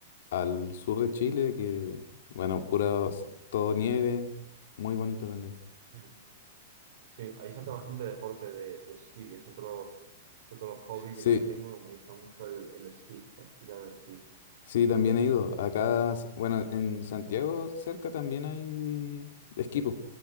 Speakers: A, on the left; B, on the right.
A: al sur de Chile, que, bueno, pura, todo nieve, muy bonito también.
B: Mm. Sí, ahí se hace bastante deporte de, de esquí, que es otro, es otro hobby
A: Sí,
B: que también tengo, que me gusta mucho el, el esquí, practicar el esquí.
A: sí, también he ido. Acá, s- bueno, en Santiago cerca también hay esquí, po.